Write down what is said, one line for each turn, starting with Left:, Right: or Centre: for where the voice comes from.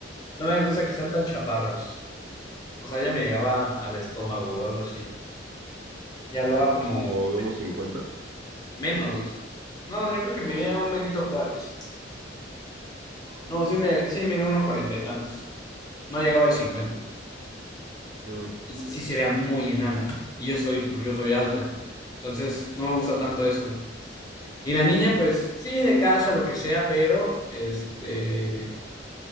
Left: no me gusta que sean tan chaparras. O sea, ella me llegaba al estómago o algo así. Y hablaba como
Right: Como de unos cincuenta
Left: menos. No, yo creo que medía un Benito Juárez. No, sí me, sí medía unos cuarenta y tantos. No llegaba al cincuenta.
Right: Mm,
Left: Sí se vea muy enana. Y yo soy, pues yo soy alto. Entonces, no me gusta tanto eso. Y la niña, pues, sí, de casa, lo que sea, pero, este,